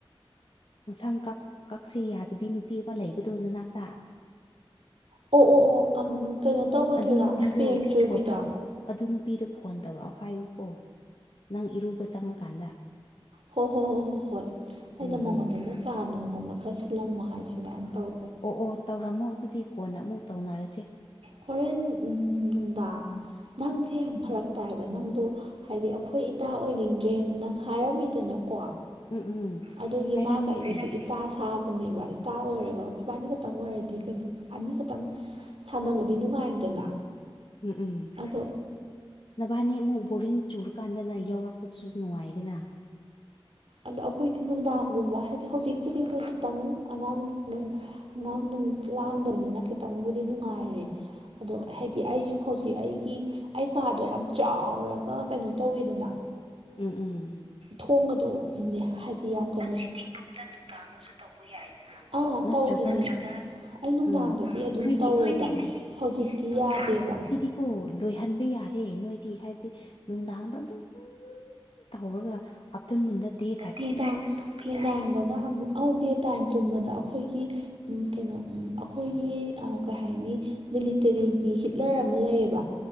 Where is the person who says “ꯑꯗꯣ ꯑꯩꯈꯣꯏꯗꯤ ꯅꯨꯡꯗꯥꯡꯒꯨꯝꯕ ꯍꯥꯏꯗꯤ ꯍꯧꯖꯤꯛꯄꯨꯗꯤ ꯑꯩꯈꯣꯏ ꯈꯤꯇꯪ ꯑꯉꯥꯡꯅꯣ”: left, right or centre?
Right